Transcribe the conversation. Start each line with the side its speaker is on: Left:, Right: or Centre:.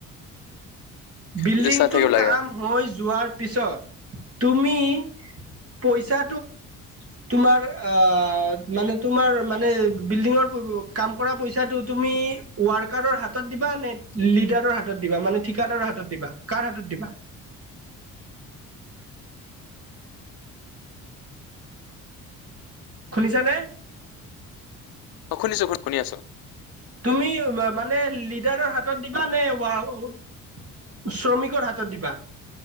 Right: বিল্ডিংটো
Left: এইটো চাই থাকিব লাগে।
Right: কাম হৈ যোৱাৰ পিছত তুমি পইচা
Left: <inaudible>
Right: তোমাৰ আ মানে তোমাৰ মানে বিল্ডিঙৰ কাম কৰা পইচাটো তুমি ৱৰ্কাৰৰ হাতত দিবা নে লিডাৰৰ হাতত দিবা মানে ঠিকাদৰ হাতত দিবা কাৰ হাতত দিবা। শুনিছা নে।
Left: অ', শুনিছো শুনি আছো।
Right: তুমি মানে লিডাৰৰ হাতত দিবা নে ৱ শ্ৰমিকৰ হাতত দিবা।